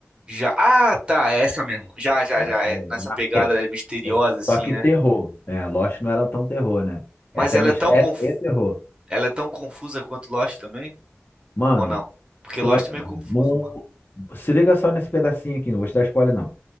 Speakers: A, on the right (about 20°); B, on the left (about 50°).
A: Já. Ah, tá, é essa mesmo. Já, já,
B: Essa
A: já. É
B: daí
A: nessa
B: é na
A: pegada
B: pega.
A: misteriosa,
B: Ex- Só
A: assim,
B: que
A: né?
B: terror. É, Lost não era tão terror, né?
A: Mas
B: Essa
A: ela
B: é mistério
A: é tão conf...
B: e terror.
A: ela é tão confusa quanto Lost também?
B: Mano,
A: Ou não? Porque
B: como
A: Lost
B: é.
A: é meio
B: mu-
A: confuso, mano.
B: Se liga só nesse pedacinho aqui, não vou te dar spoiler, não.